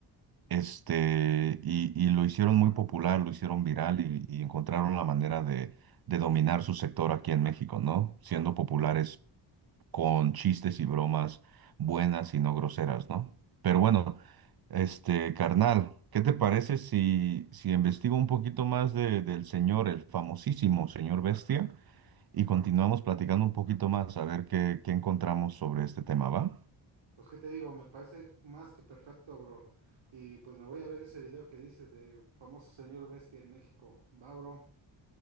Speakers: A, on the right; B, on the right.
A: Este, y, y lo hicieron muy popular, lo hicieron viral y, y encontraron la manera de, de dominar su sector aquí en México, ¿no? Siendo populares con chistes y bromas buenas y no groseras, ¿no? Pero bueno, este, carnal, ¿qué te parece si, si investigo un poquito más de- del señor, el famosísimo señor Bestia, y continuamos platicando un poquito más a ver qué, qué encontramos sobre este tema, ¿va?
B: Pues qué te digo, me parece más que perfecto, bro. Y pues me voy a ver ese video que dices del famoso señor Bestia en México. Va, bro.